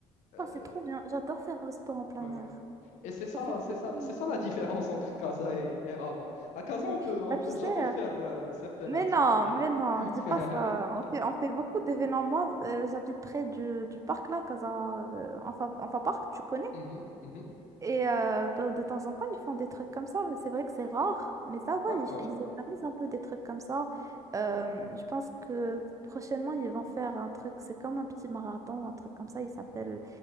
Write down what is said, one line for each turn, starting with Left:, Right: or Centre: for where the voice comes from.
Left: Euh,
Right: Oh, c'est trop bien. J'adore faire le sport en plein
Left: ouais.
Right: air.
Left: Et c'est ça,
Right: Ça fait trop
Left: c'est ça,
Right: du bien.
Left: c'est ça la différence <laughs> entre Casa et, et Rabat. À Casa,
Right: Ouais.
Left: on peut, on
Right: Bah,
Left: peut
Right: tu sais,
Left: jamais
Right: euh,
Left: faire euh, certaines
Right: mais
Left: activités.
Right: non, mais non,
Left: <laughs>
Right: dis pas ça. On fait, on fait beaucoup d'événements. Moi, euh, j'habite près du, du parc là, Casa, euh, Enfa, Enfa Park, tu connais?
Left: Mhm, mhm.
Right: Et euh, ben, de temps en temps, ils font des trucs comme ça, mais c'est vrai que c'est rare. Mais ça va,
Left: D'accord,
Right: ils, ils organisent un peu des trucs comme ça. Euh, je pense que prochainement, ils vont faire un truc, c'est comme un petit marathon, un truc comme ça. Il s'appelle